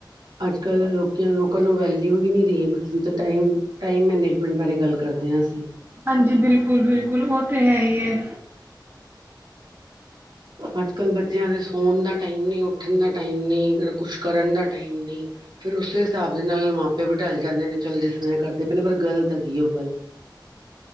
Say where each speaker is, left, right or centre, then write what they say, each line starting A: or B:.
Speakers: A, on the right; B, on the right.
A: ਅੱਜ ਕੱਲ ਲੋਕੀਆਂ ਲੋਕ ਲੋਕਾਂ ਨੂੰ ਵੈਲਿਊ ਹੀ ਨੀ ਰਹੀ ਏ ਕੁਛ ਵੀ, ਤੇ ਟਾਈਮ-ਟਾਈਮ ਮੈਨੇਜਮੈਂਟ ਬਾਰੇ ਗੱਲ ਕਰਦੇ ਹਾਂ ਅਸੀਂ।
B: ਹਾਂਜੀ, ਬਿਲਕੁਲ-ਬਿਲਕੁਲ ਉਹ ਤੇ ਹੈ ਈ ਏ।
A: ਅੱਜ ਕੱਲ੍ਹ ਬੱਚਿਆਂ ਦੇ ਸੌਣ ਦਾ ਟਾਈਮ ਨਹੀਂ ਉੱਠਣ ਦਾ ਟਾਈਮ ਨਹੀਂ, ਕੁਛ ਕਰਨ ਦਾ ਟਾਈਮ ਨਹੀਂ। ਫਿਰ ਉਸੇ ਹਿਸਾਬ ਦੇ ਨਾਲ ਮਾਪੇ ਵੀ ਢਲ ਜਾਂਦੇ ਨੇ ਚੱਲ ਜਿਸ ਤਰ੍ਹਾਂ ਕਰਦੇ ਪਏਨੇ ਪਰ ਗਲਤ ਹੈਗੀ ਉਹ ਗੱਲ।